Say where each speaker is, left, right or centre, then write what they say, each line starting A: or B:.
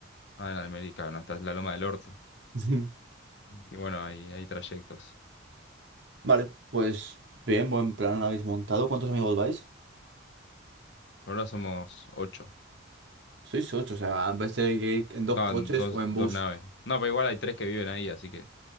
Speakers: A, on the left; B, on the right.
A: Ah, en Almerica, no, estás en la Loma del Orto.
B: <laughs>
A: Y bueno, hay, hay trayectos.
B: Vale, pues bien, buen plan habéis montado. ¿Cuántos amigos vais?
A: Por ahora somos ocho
B: Sois ocho, o sea, en vez de ir en dos
A: No,
B: coches
A: dos,
B: o en
A: dos
B: bus.
A: naves. No, pero igual hay tres que viven ahí, así que.